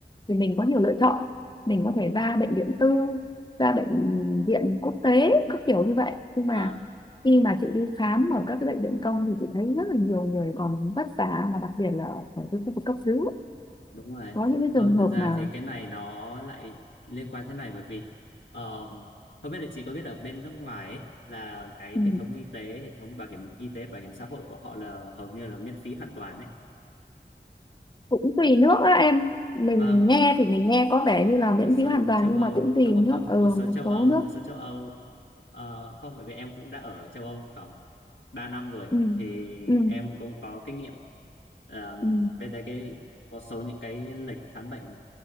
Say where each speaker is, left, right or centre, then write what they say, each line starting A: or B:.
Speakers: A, on the left; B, on the left.
A: thì mình có nhiều lựa chọn mình có
B: Ừ.
A: thể ra bệnh viện tư ra bệnh viện quốc tế các kiểu như vậy nhưng
B: vâng
A: mà khi mà chị đi khám ở các cái bệnh viện công thì chị thấy rất là nhiều người còn vất vả mà đặc biệt là ở ở cái khu vực cấp cứu
B: đúng rồi
A: có những cái
B: không
A: trường
B: thật
A: hợp
B: ra
A: mà
B: thì cái này nó lại liên quan thế này bởi vì ờm, không biết là chị có biết ở bên nước ngoài ấy, là cái
A: ừ,
B: hệ thống y tế hệ thống bảo hiểm y tế bảo hiểm xã hội của họ là hầu như là miễn phí hoàn toàn đấy
A: cũng tùy nước á em mình
B: vâng
A: nghe thì mình nghe có vẻ như là
B: một
A: miễn
B: số
A: phí hoàn toàn
B: châu
A: nhưng
B: Âu
A: mà cũng tùy
B: đúng
A: nước
B: không
A: ở
B: một
A: ừ
B: số
A: một
B: châu
A: số
B: Âu
A: nước
B: một số châu Âu Ờ, không bởi vì em cũng đã ở châu Âu không 3 năm rồi
A: ừ
B: thì
A: ừ
B: em cũng có kinh nghiệm Ờ,
A: ừ
B: bên đây cái một số những cái lịch khám bệnh